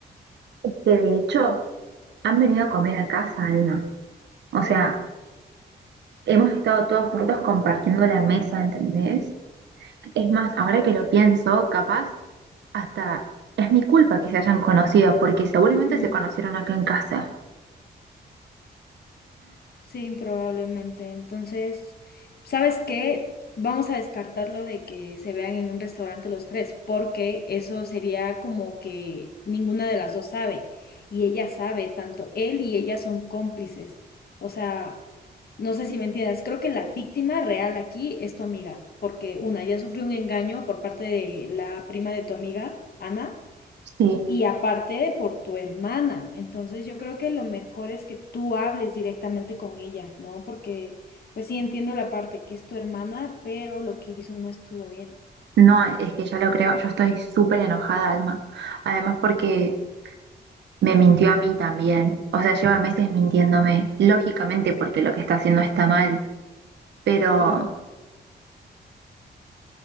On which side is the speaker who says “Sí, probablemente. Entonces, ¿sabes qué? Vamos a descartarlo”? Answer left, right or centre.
Left